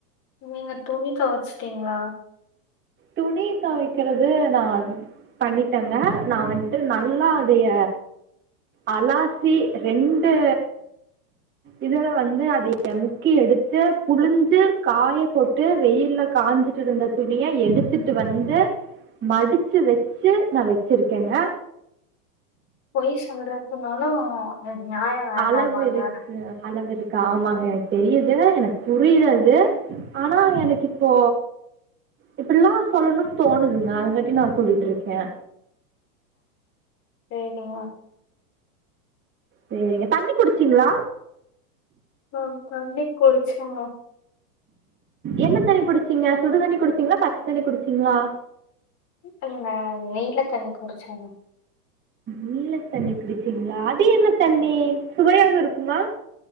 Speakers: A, on the left; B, on the right.
A: நீங்க துணி தொவச்ட்டீங்ளா
B: துணி தொவைக்கிறது நா பண்ணிட்டங்க நா வந்துட்டு நல்லா அதைய அலாசி ரெண்டு இதுல வந்து அதைய முக்கி எடுத்து புளுஞ்சு காய போட்டு வெயில்ல காஞ்சுட்டுருந்த துணிய எடுத் துட்டு வந்து மடுச்சு வெச்சு நா வெச்சிருக்கேங்க
A: பொய் சொல்றதுனாலு நியாயோ வேண்டாமாங்க
B: அளவு இருக்கு அளவு இருக்கு ஆமாங்க எனக்கு தெரியுது எனக் புரியுது அது ஆனா எனக் இப்போ இப்புட்லா சொல்லணுன் தோணுதுங்க அதுங்காட்டி நா சொல்லிட்ருக்கே
A: சேரிங்க
B: சேரிங்க தண்ணி குடிச்சிங்ளா
A: அ தண்ணி குடிச்சங்க
B: என்ன தண்ணி குடிச்சீங்க சுடு தண்ணி குடிச்சீங்ளா பச்ச தண்ணி குடிச்சீங்ளா
A: இல்லிங்க நீல தண்ணி குடிச்சங்க
B: நீல தண்ணி குடிச்சீங்ளா அது என்ன தண்ணி சுவையாக இருக்குமா